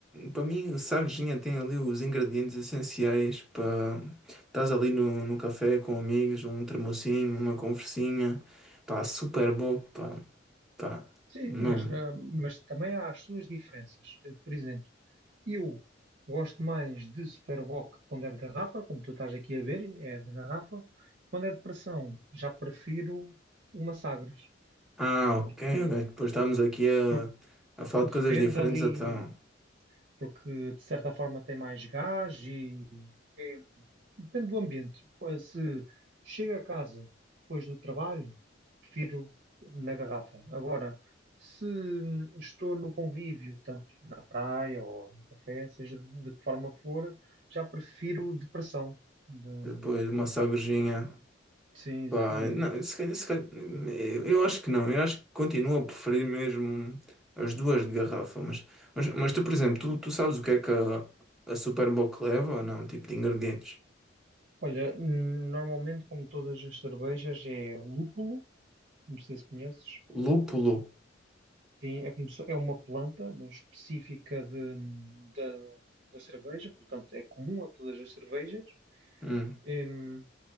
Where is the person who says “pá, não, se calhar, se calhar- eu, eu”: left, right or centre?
Centre